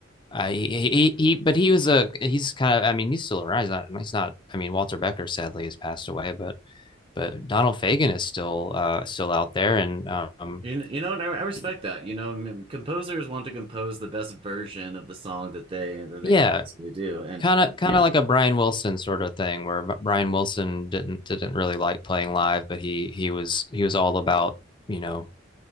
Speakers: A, on the left; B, on the right.
A: Uh, he, he he but he was a he's kind of I mean he's still around he's not he's not I mean Walter Becker sadly has passed away but but Donald Fagen is still uh still out there and um
B: You, you know, and I, I respect
A: he-
B: that. You know, I mean, composers want to compose the best version of the song that they that they
A: yeah
B: can possibly do. And
A: kind of kind
B: yeah.
A: of like a Brian Wilson sort of thing where Brian Wilson didn't didn't really like playing live but he he was he was all about you know